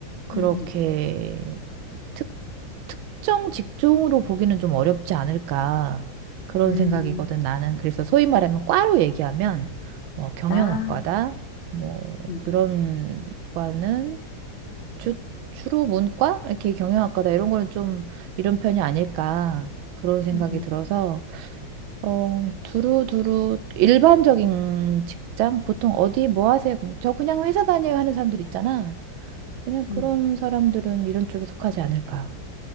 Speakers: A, on the right (about 85°); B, on the left (about 45°).
A: 그렇게
B: 응, 응.
A: 특, 특정 직종으로 보기는 좀 어렵지 않을까 그런
B: 음,
A: 생각이거든. 나는 그래서 소위 말하면 과로 얘기하면 뭐 경영학과다
B: 나,
A: 뭐
B: 응,
A: 그런
B: 응,
A: 과는 주, 주로 문과 이렇게 경영학과다 이런 거는 좀 이런 편이 아닐까 그런 생각이
B: 응, 응,
A: 들어서 어, 두루두루 일반적인 직장? 보통 어디 뭐 하세요? 그럼 저 그냥 회사 다녀요 하는 사람들 있잖아. 그냥 그런
B: 응.
A: 사람들은 이런 쪽에 속하지 않을까.